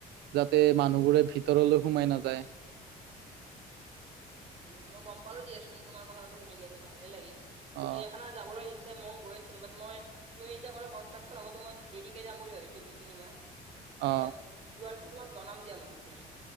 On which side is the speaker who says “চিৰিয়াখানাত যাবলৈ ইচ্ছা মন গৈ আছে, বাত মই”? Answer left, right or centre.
Right